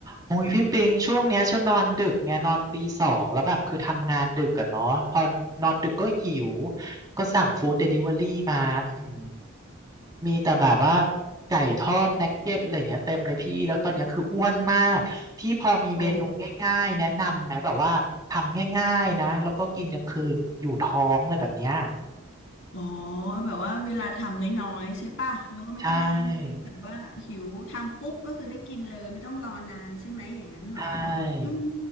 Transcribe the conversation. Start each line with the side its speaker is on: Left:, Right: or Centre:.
Right: โอ้ยพี่ปิงช่วงเนี้ยช่วนนอนดึกไงนอนตีสองแล้วแบบคือทำงานดึกอะเนาะพอนอนดึกก็หิวก็สั่งฟู้ดเดลิเวอรี่มาอื้อหือมีแต่แบบว่าไก่ทอดนักเก็ตอะไรเงี้ยเต็มเลยพี่แล้วตอนเนี้ยคืออ้วนมากพี่พอมีเมนูง่ายๆแนะนำไหมแบบว่าทำง่ายๆนะแล้วก็กินกลางคืนอยู่ท้องอะไรแบบเนี้ย
Left: โอ้อ๋อแบบว่าเวลาทำน้อยๆใช่ป่ะแล้วก็ไม่ต้องไม่ต้องแบบว่าหิวทำปุ๊บก็คือได้กินเลยไม่ต้องรอนานใช่ไหมอย่างนั้นเหรอ
Right: ใช่ใช่
Left: อืม